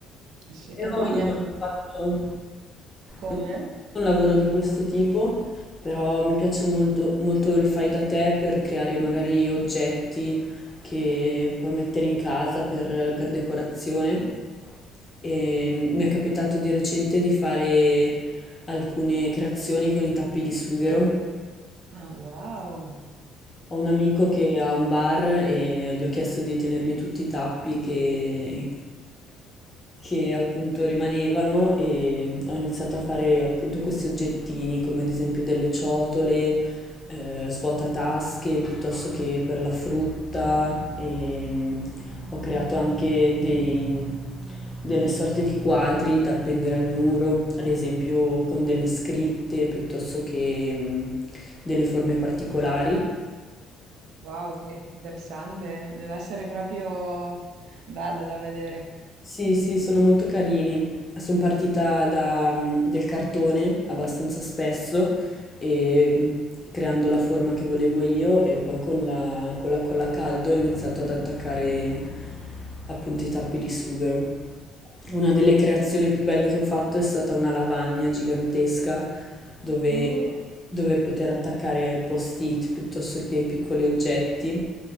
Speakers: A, on the right (about 75°); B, on the left (about 20°).
A: Sì, E
B: Io
A: poi
B: non
A: niente,
B: ho mai fatto
A: come?
B: non ho fatto un lavoro di questo tipo, però mi piace molto, molto il fai da te per creare magari oggetti che puoi mettere in casa per per decorazione. E mi è capitato di recente di fare alcune creazioni con i tappi di sughero.
A: Ah, wow.
B: Ho un amico che ha un bar e gli ho chiesto di tenermi tutti i tappi che, che appunto rimanevano e ho iniziato a fare appunto questi oggettini come ad esempio delle ciotole, eh, svuotatasche piuttosto che per la frutta e mm, ho creato anche dei- delle sorte di quadri da appendere al muro, ad esempio con delle scritte piuttosto che mm, delle forme particolari.
A: Wow, che interessante. Deve essere proprio bello da vedere.
B: Sì, sì, sono molto carini. Sono partita da, mm, del cartone abbastanza spesso, e, mm, creando la forma che volevo io e poi con la, con la colla a caldo ho iniziato ad attaccare appunto i tappi di sughero. Una delle creazioni più belle che ho fatto è stata una lavagna gigantesca dove,
A: Uh,
B: dove poter attaccare post-it piuttosto che piccoli oggetti.